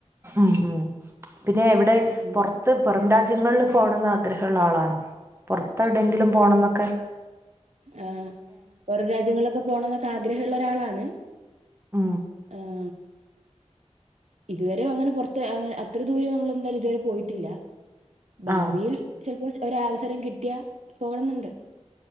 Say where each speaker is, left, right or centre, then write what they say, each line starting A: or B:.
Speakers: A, on the right; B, on the right.
A: ഉം ഉം പിന്നെ എവിടെ
B: ഉം.
A: പുറത്ത് പുറം രാജ രാജ്യങ്ങളിൽ പോണംന്ന് ആഗ്രഹമ ഉള്ള ആളാണോ പുൊറത്ത് എവിടെയങ്കിലും പോണം എന്നൊക്കെ
B: ആ ഓരോ രാജ്യങ്ങളൊക്കെ പോണം എന്നൊക്കെ ആഗ്രഹമള്ള ഒരാളാണ്
A: ഉം
B: ആ ഇതുവരെ അങ്ങനെ പൊറത്ത് അ അത്ര ദൂരം നമ്മള് എന്തായാലും ഇതുവരെ പോയിട്ടില്ല. ഭാവിയിൽ
A: ആഹ്
B: ചേലപ്പോ ഒരാവസരം കിട്ടിയാ പോണംന്നണ്ട്.